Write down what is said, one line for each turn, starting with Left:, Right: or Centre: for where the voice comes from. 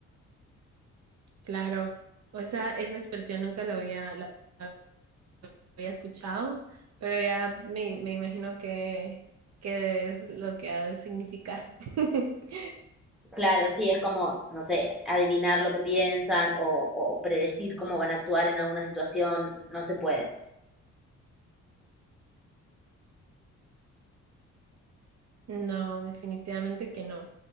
Right: Claro, o esa, esa expresión nunca la había, la había escuchado, pero ya me, me imagino que, que es lo que ha de significar. <laughs>
Centre: Claro, sí, es como, no sé, adivinar lo que piensan o, o predecir cómo van a actuar en alguna situación, no se puede.
Right: No, definitivamente que no.